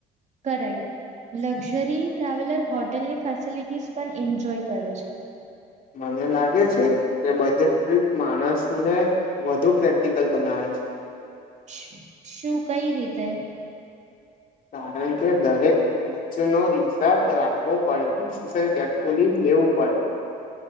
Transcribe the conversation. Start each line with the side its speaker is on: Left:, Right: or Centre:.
Right: કરેક્ટ લક્ઝરી ટ્રાવેલર હોટેલની ફેસિલિટીઝ પન એન્જોય કરે છે.
Left: મને લાગે છે કે બજેટ ટ્રીપ માણસને વધુ પ્રેક્ટિકલ બનાવે છે.
Right: <unintelligible> શું કઈ રીતે?
Left: કારણ કે દરેક ખર્ચનો હિસાબ રાખવો પડે ડિસિશન કેરફુલી લેવું પડે.